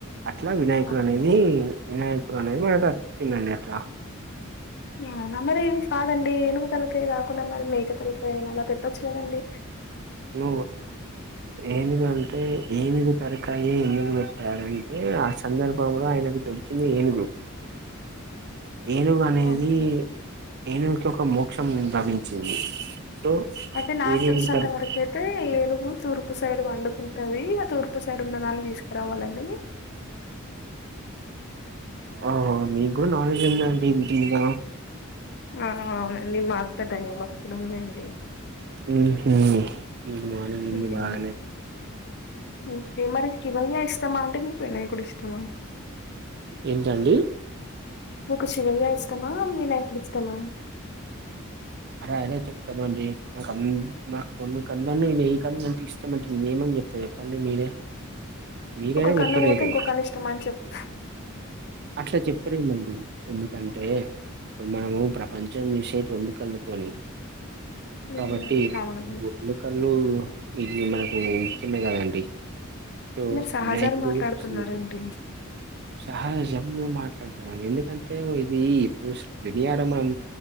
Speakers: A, on the right; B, on the left.
A: అట్లా వినాయకుడు
B: ఓకే.
A: అనేది వినాయకు <unintelligible> అనిపించ్చిందండి అట్ల
B: <unintelligible> కదండీ ఏనుగు తలకాయ్ కాకుండా మరి మేక తలకాయ్ కే అయినా అలా పెట్టొచ్చు కదండి
A: నువ్వు ఏనుగుంటే ఏనుగు తర్ కాయ్ ఏ ఎందుకు పెట్టారంటే ఆ సందర్భంలో ఆయనకు దొరికింది ఏనుగు ఏనుగు అనేది
B: ఓకే.
A: ఏనుగుకి ఒక మోక్షం లభించింది సో
B: అయితే నాకు
A: ఏనుగు
B: తెలిసినంత
A: తలకాయ
B: వరకు అయితే ఏనుగు తూర్పు సైడు పండుకుంటాది అట్ తూర్పుసైాడ్ ఉన్న దాన్ని తీసుకురావాలండి
A: ఆహా మీ కూడా నాలేడ్జ్ ఉందండి వీటి మీద
B: ఆ అవునండి మాకు పెద్దగా భక్తులు ఎం లెవ్
A: ఉహు <unintelligible>
B: హ్మ్.
A: బానే
B: ఓకే మరి శివయ్య ఇష్టమా అండి మీకు వినాయకుడు ఇష్టమా
A: ఏంటండి
B: మీకు శివయ్య ఇష్టమా వినాయకుడు ఇష్టమా
A: అల ఎలా చెప్తామండి నాకు అన్ నాకు రెండు కళ్ళల్లో ఏ కళ్ళు ఇష్టమంటే నిను ఎం అన్ ఇప్పుడు చెప్పండి మీరే మీరైనా
B: ఒక్క కన్ను
A: చెప్పలేరు
B: పోతే ఇంకొ కన్ను ఇష్టమని చెప్
A: అట్లా చెప్పలేమండి ఎందుకంటే ఇప్పుడు మనము ప్రపంచం చూసేది రెండు కళ్లతోని
B: మ్మ్.
A: కాబట్టి
B: అవునండి
A: రెండు కల్లు ఇది మనకి ఇష్టమే కదండి సో
B: మీరు సహజాలు
A: వినాయకుడు
B: మాట్లాడుతున్నరండి
A: సూర్యుడు సహజంగా మాట్లాడుతామని ఎందుకంటే ఇది దుష్ బిరియారాబనం